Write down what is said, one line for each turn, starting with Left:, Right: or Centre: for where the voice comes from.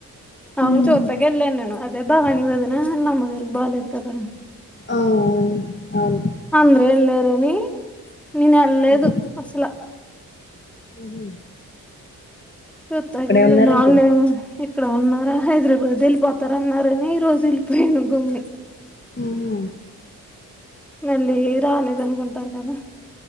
Centre: అవును
Left: ఉమ్,
Centre: చూతాకి వెళ్ళాను నేను దే భవాని వదిన ఆల్ల అమ్మ దగ్గరికి పోలేదు కదా
Left: ఓ అవును అవును
Centre: ఆంధ్రా ఏళ్లారని నేను ఎల్లేదు
Left: ఉమ్,
Centre: అసల
Left: ఉహు
Centre: చూత్తాకి
Left: ఇక్కడే
Centre: ఏళ్ళాను
Left: ఉన్నారేంటి
Centre: అల్లెమ్మో ఇక్కడే ఉన్నారా హైదరాబాద్ వెళ్ళిపోతారు అన్నారని ఈ రోజు ఎ పోయాను గమ్ముని
Left: ఉహు
Centre: మళ్ళీ రాలేదు అనుకుంటారు కదా